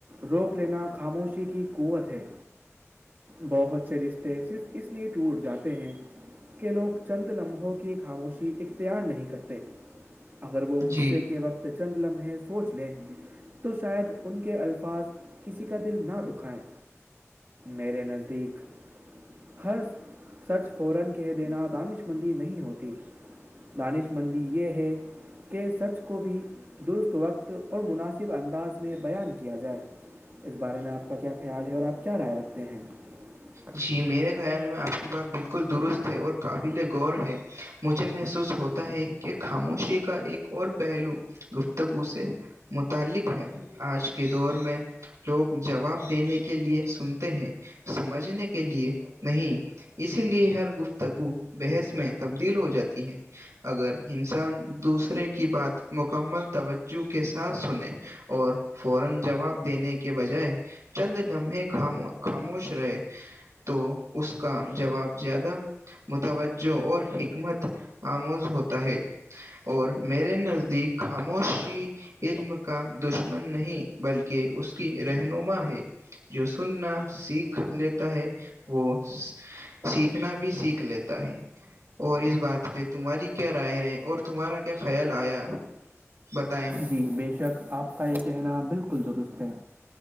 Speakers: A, on the right; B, on the right.
A: روک لینا خاموشی کی قوت ہے بہت سے رشتے صرف اس لیے ٹوٹ جاتے ہیں کہ لوگ چند لمحوں کی خاموشی اختیار نہیں کرتے اگر وہ
B: جی
A: غصے کے وقت چند لمحے سوچ لیں تو شاید ان کے الفاظ کسی کا دل نہ دکھائیں میرے نزدیک ہر سچ فوران کہہ دینا دانشمندی نہیں ہوتی دانش مندی یہ ہے کہ سچ کو بھی درست وقت اور مناسب انداز میں بیان کیا جائے اس بارے میں آپ کا کیا کہ خیال ہے اور آپ کیا رائے رکھتے ہیں ج <inaudible>
B: جی میرے خیال میں آپ کی بات بالکل درست ہے اور قابل غور ہے مجھے محسوس ہوتا ہے کہ خاموشی کا ایک اور پہلو گفتگو سے متعلق ہے آج کے دور میں لوگ جواب دینے کے لیے سنتے ہیں سمجھنے کے لیے نہیں اسی لیے ہر گفتگو بحث میں تبدیل ہو جاتی ہے اگر انسان دوسرے کی بات مکمل توجہ کے ساتھ سنے اور فورا جواب دینے کے بجائے چند لمحے خاموش خاموش رہے تو اس کا جواب زیادہ متوجہ اور حکمت آموز ہوتا ہے اور میرے نزدیک خاموشی علم کا دشمن نہیں بلکہ اس کی رہنما ہے جو سننا سیکھ لیتا ہے وہ سیکھنا بھی سیکھ لیتا ہے اور اس بات پہ تمہاری کیا رائے ہےے اور تمہارا کیا خیال آیا <unintelligible> بتائیں
A: جی بے شک آپ کا یہ کہنا بالکل درست ہے